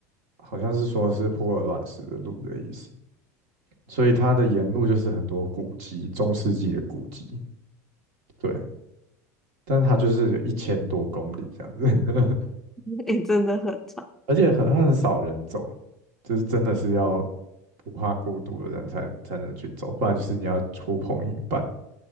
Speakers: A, on the right (about 65°); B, in the centre.
A: 好像是说是普洱卵石的路的意思，所以它的沿路就是很多古迹，中世纪的古迹，对，但是它就是一千多公里这样子，
B: <laughs> 诶，真的很长。
A: <laughs> 而且很很少人走，就是真的是要不怕孤独的人才才能去走，不然就是你要呼朋引伴，